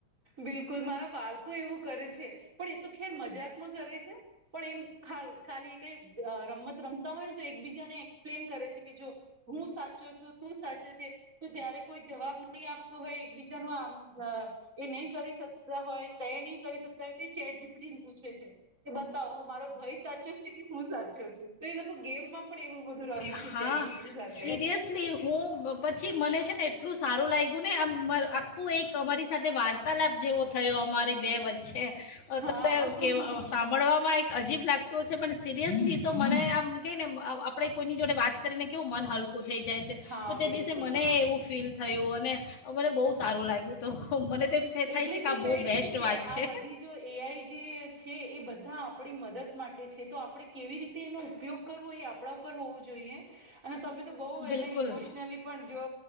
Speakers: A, on the right; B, on the left.
A: બિલકુલ મારા બાળકો એવું કરે છે પણ એ તો ખેર મજાકમાં કરે છે પણ એમ ખાલ ખાલી કઈ રમત રમતા હોય ને તો એકબીજાને એક્સપ્લેન કરે છે કે જો હું સાચો છું તું સાચો છે તો જયારે કોઈ જવાબ નહીં આપતું હોય એકબીજાનું આમ અ નહી કરી શકતા હોય તે નહી કરી શકતા હોય તે ચેટ જીપીટી ને પૂછે છે. કે બતાવો મારો ભય સાચો છે કે હું સાચો છું તો એ લોકો ગેમમાં એવું બધું રમે
B: હા
A: છે ચેટ જીપીટી સાથે
B: સિરિયસલી હું બ- પછી મને છે ને એટલું સારું લાગ્યું ને આમ મ આખું એક અમારી સાથે વાર્તાલાભ જેવો થયો અમારી બે વચ્ચે
A: હા
B: તમે કેહ સાંભળવામાં એક અજીબ લાગ તું હશે પણ સિરિયસલી તો મને આમ કે ને આપણે કોઈની જોડે વાત કરીને મન હલકું થઈ જાયશે
A: હા
B: તો તે
A: બિલકુલ
B: દિવસે મને એવું ફીલ થયું અને મને બહુ સારું લાગ્યું તો મને તેમ ક
A: એટલે
B: થાય છે
A: જ
B: કે
A: તો
B: આ
A: કહે
B: બહ બેસ્ટ
A: છે કે ચે
B: વાત છે.
A: આ બધી જો એઆઈ જે છે એ બધા આપણી મદદ માટે છે તો આપણે કેવી રીતે એનું ઉપ યોગ કરવો એ આપણા ઉપર હોવું જોઈએ. અને તમે તો બઉ
B: બિલકુલ
A: એને ઈમોશનલી પણ જો